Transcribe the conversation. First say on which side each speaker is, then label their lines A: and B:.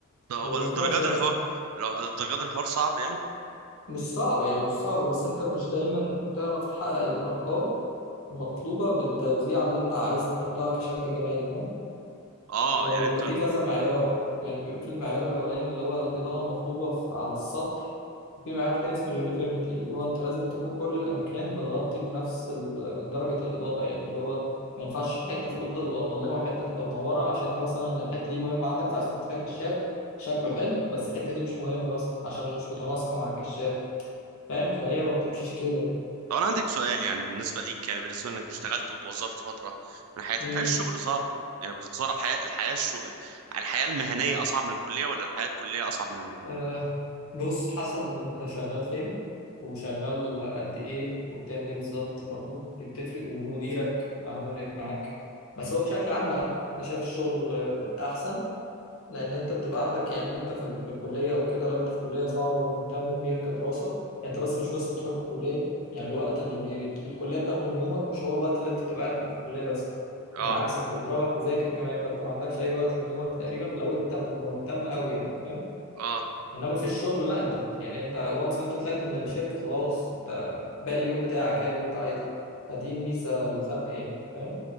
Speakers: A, on the right; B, on the left.
A: ده هو
B: فبيبقى
A: الدرجات
B: فيها مشاكل
A: الحوار لو الدرجات الحوار صعب يعني
B: مش صعب يعني مش صعب بس انت مش دايما تعرف تحقق الارقام المطلوبه بالتوزيع اللي انت عايز تحطها كشكل جمالي فاهم
A: اه
B: لأنه
A: يعني انت
B: بيبقى فيه كذا معيار يعني بيبقى فيه المعيار الأولاني اللي هو الإضاءة المطلوبة في- على السطح في معيار تاني اسمه اليونيفيرميتي اللي هو أنت لازم تكون كل الأماكن متغطي بنفس ال- درجة الإضاءة يعني اللي هو ما ينفعش حتة في الأوضة تبقى مظلمة وحتة تبقى منورة عشان أنت مثلا الحتة دي مهمة عندك فعايز تحط فيها كشاف شكله حلو بس الحتة دي مش مهمة بس عشان مش متناسقة مع الكشاف فاهم فهي ما بتمشيش كده
A: طب انا عندك سؤال يعني بالنسبه ليك يعني بالنسبه انك اشتغلت وتوظفت فتره من حياتك
B: اه
A: هل الشغل صعب يعني باختصار الحياه الحياه الشغل الحياه المهنيه اصعب من الكليه ولا الحياه الكليه اصعب من ال...
B: أه بص حسب انت شغال فين وشغال قد ايه وبتعمل ايه بالظبط برضو دي بتفرق ومديرك عامل ايه معاك بس هو بشكل عام لا انا شايف الشغل آه، احسن لان انت بتبقى عندك يعني انت في في الكليه او كده لو انت في كليه صعبه ومهتم بيها كدراسه انت بس مش بس بتروح الكليه يعني الوقت اللي بي... الكليه بتاخده من يومك مش هو الوقت اللي انت بتبقى قاعد فيه في الكليه بس
A: اه
B: بالعكس انت بتروح تذاكر كمان فانت ما عندكش اي وقت من يومك تقريبا لو انت مهتم قوي يعني
A: اه
B: انما في الشغل لا انت بت- يعني انت وانس انت طلعت من الشركه خلاص انت باقي اليوم بتاعك اعمل اللي انت عايزه فدي الميزه الفرق يعني فاهم